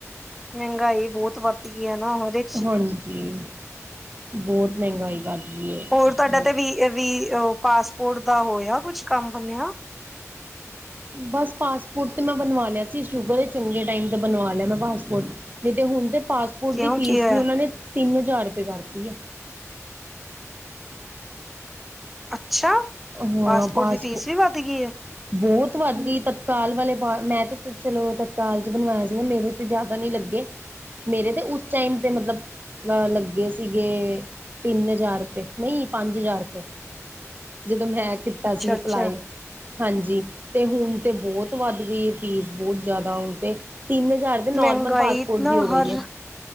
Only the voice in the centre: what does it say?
ਮਹਿੰਗਾਈ ਬਹੁਤ ਵੱਧ ਗਈ ਹੈ ਨਾ ਉਹਦੇ।
ਹੋਰ, ਤੁਹਾਡਾ
ਤੇ ਵੀ ਪਾਸਪੋਰਟ ਦਾ ਹੋਇਆ ਕੁਛ ਕੰਮ ਬਣਿਆ।
ਕਿਉਂ
ਕੀ ਹੋਇਆ?
ਅੱਛਾ!
ਪਾਸਪੋਰਟ
ਦੀ ਫੀਸ ਵੀ ਵੱਧ ਗਈ ਹੈ।
ਅੱਛਾ
ਅੱਛਾ।
ਮਹਿੰਗਾਈ
ਨਾ
ਹਰ